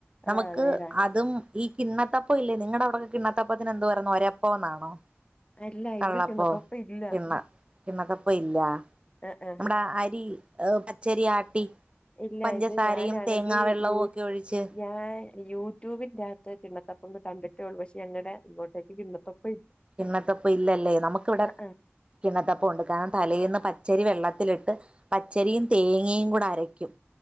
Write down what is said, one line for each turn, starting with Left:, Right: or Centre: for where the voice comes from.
Right: നമുക്ക്
Left: ആഹ് നേരാ
Right: അതും ഈ കിണ്ണത്തപ്പം ഇല്ലേ നിങ്ങളുടെ അവിടൊക്കെ കിണത്തപ്പത്തിന് എന്തു പറയന്നു ഒരപ്പം എന്നാണോ
Left: അല്ല
Right: കള്ളപ്പം
Left: ഇവിടെ കിണ്ണത്തപ്പം ഇല്ല
Right: കിണ്ണ കിണ്ണത്തപ്പം ഇല്ല
Left: ആഹ് ആഹ്
Right: നമ്മടെ അരി ഹ് പച്ചരി ആട്ടി.
Left: ഇല്ല
Right: പഞ്ചസാരയും
Left: ഇത് ഞാനാണെങ്കിൽ
Right: തേങ്ങാ വെള്ളവും
Left: യൂ
Right: ഒക്കെ ഒഴിച്ച്
Left: ഞാൻ യൂട്യൂബിന്റെകത്ത് കിണ്ണത്തപ്പൊ കണ്ടിട്ടേള്ളൂ പക്ഷെ ഞങ്ങടെ ഇങ്ങോട്ടേക്ക് കിണത്തപ്പം
Right: കിണ്ണത്തപ്പം ഇല്ലല്ലേ നമുക്കിവിടെ
Left: ആഹ്
Right: കിണ്ണത്തപ്പം ഉണ്ട് കാരണം തലേന്ന് പച്ചരി വെള്ള ത്തിലിട്ട് പച്ചരിയും തേങ്ങയും കൂടെ അരയ്ക്കും